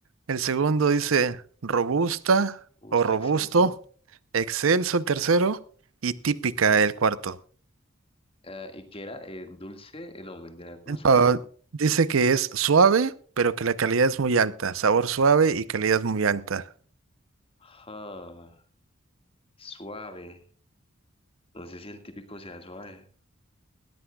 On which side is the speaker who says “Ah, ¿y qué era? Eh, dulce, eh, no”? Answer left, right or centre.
Left